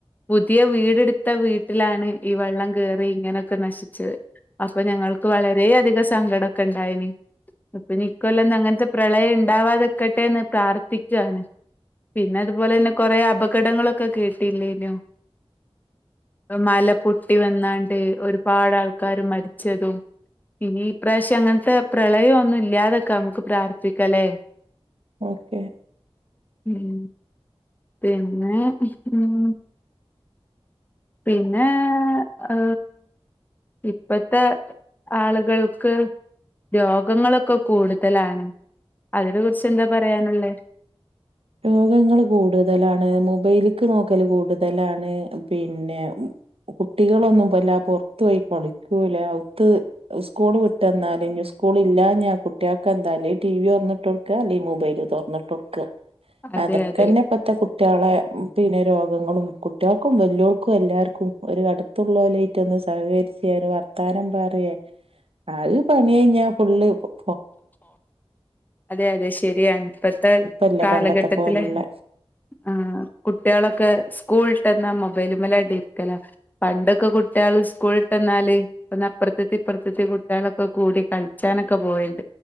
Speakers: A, on the left; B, on the right.
A: പുതിയ വീടെടുത്ത വീട്ടിലാണ് ഈ വെള്ളം കേറി ഇങ്ങനൊക്കെ നശിച്ചത് അപ്പൊ ഞങ്ങൾക്ക് വളര അധികം സങ്കടമൊക്കെ ഉണ്ടായിനി ഇപ്പൊനി ഇക്കൊല്ലം അങ്ങനത്തെ പ്രളയം ഉണ്ടാവാതെക്കട്ടെന്ന് പ്രാർത്ഥിക്കുവാണ് പിന്നെ അതുപോലെ തന്നെ കൊറേ അപകടങ്ങളൊക്കെ കേട്ടില്ലായിനോ മല പൊട്ടി വന്നാണ്ട് ഒരുപാട് ആൾക്കാര് മരിച്ചതും ഇനി ഇപ്രാവശ്യം അങ്ങനത്തെ പ്രളയം ഒന്നും ഇല്ലാതെനിക്കാൻ നമുക്ക് പ്രാർ ത്ഥിക്കാലെ
B: ഓക്കെ
A: മം പിന്നെ മം പിന്നെ ഏ ഇപ്പത്തെ ആളുകൾക്ക് രോഗങ്ങളൊക്കെ കൂടുതലാണ് അതിനെ കുറിച്ച് എന്താ പറയാനുള്ളേ
B: രോഗങ്ങള് കൂടുതലാണ് മൊബൈലിക്ക് നോക്കല് കൂടുതലാണ് പിന്നെ കുട്ടികളൊന്നും പിന്നാ പൊറത്തു പോയി കളിക്കൂല അകത്ത് സ്കൂളുവിട്ടന്നാലും സ്കൂൾ ഇലാഞ്ഞാ കുട്ടികൾക്ക് എന്താല് ടി വി തുറന്നിട്ട് കൊടുക്ക അല്ലെ മൊബൈൽ തുറന്നിട്ട് കൊടുക്ക
A: അതെ
B: അതൊക്കെ
A: അതെ
B: അന്നെ ഇപ്പത്തെ കുട്ടികളെ പിന്നെ രോ ങ്ങളും കുട്ടികൾക്കും വലിയവർക്കും എല്ലാവർക്കും ഒരു അടുത്തുള്ളവരുവായിട്ട് ഒന്ന് സഹകരിച്ച് ഒരു വർത്താനം പറയ അത് പണി കഴിഞ്ഞാ ഫുള്ള് ഫോ
A: അതെ അതെ ശരിയാണ് ഇപ്പോഴത്തെ
B: ഇപ്പല്ല
A: കാലഘട്ടത്തിലെ
B: പണ്ടത്തെ പോലുള്ള
A: ഉം കുട്ടികളൊക്കെ സ്കൂൾ ഇട്ടാ മൊബൈലുമേല് ആട്ട് ഇരിക്കല പണ്ടൊക്കെ കുട്ടികള് സ്കൂൾവിട്ട് വന്നാല് ഒന്ന് അപ്പുറത്തത്തെ ഇപ്പുറത്തത്തെ കുട്ടികളൊക്കെ കൂടി കളിച്ചാനൊക്കെ പോയലിണ്ട്